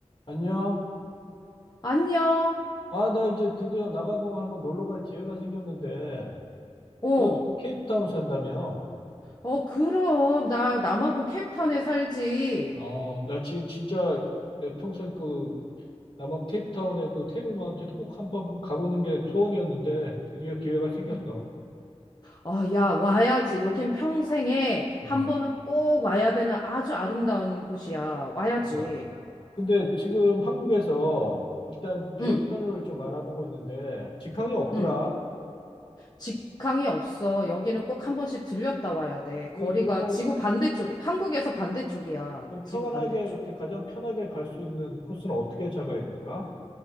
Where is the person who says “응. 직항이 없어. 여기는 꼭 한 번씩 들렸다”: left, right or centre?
Left